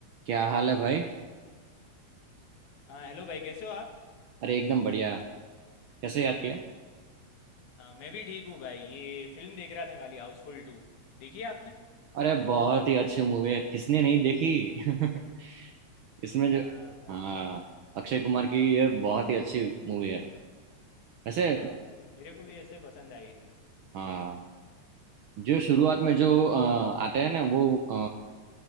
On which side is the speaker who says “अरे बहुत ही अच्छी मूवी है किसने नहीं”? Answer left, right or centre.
Right